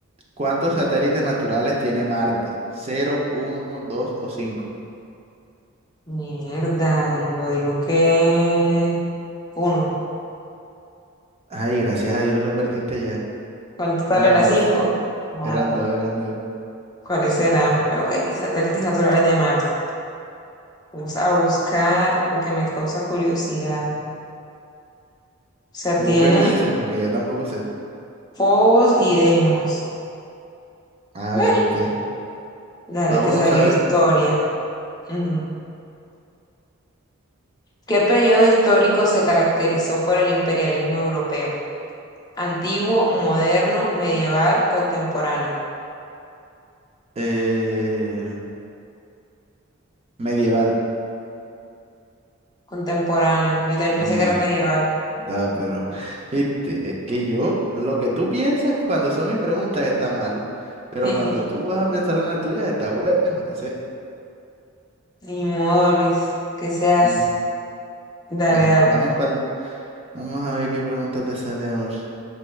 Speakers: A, on the right; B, on the left.
A: ¿Cuántos satélites naturales tiene Marte? ¿Cero, uno, dos o cinco?
B: Mierda, yo digo que uno.
A: Ay, gracias a Dios lo perdiste ya.
B: ¿Cuánto- ¿Cuál
A: Eran
B: era?
A: dos.
B: Cinco. Ah,
A: Eran dos, eran dos.
B: ¿Cuáles serán? Veo que aquí satélites naturales de Marte. Vamos a buscar porque me causa curiosidad. O sea,
A: Busca
B: tiene
A: y me dice, porque yo tampoco sé.
B: Fobos y Deimos.
A: Ah,
B: Bueno,
A: vea usted.
B: dale,
A: Para
B: te
A: uno
B: salió
A: sabe.
B: historia. Ujú. ¿Qué periodo histórico se caracterizó por el imperialismo europeo? Antiguo, moderno, medieval, contemporáneo.
A: Eh, medieval.
B: Contemporáneo. Yo también
A: Mierda,
B: pensé que era medieval.
A: pero. Viste, es que yo, lo que tú piensas cuando son mis preguntas está malo. Pero
B: <laughs>
A: cuando tú vas a pensar en las tuyas está bueno. Entonces,
B: Ni modo, Luis. ¿Qué se hace?
A: mm,
B: Dale,
A: bueno,
B: dale.
A: vamos para Vamos a ver qué pregunta te sale ahora.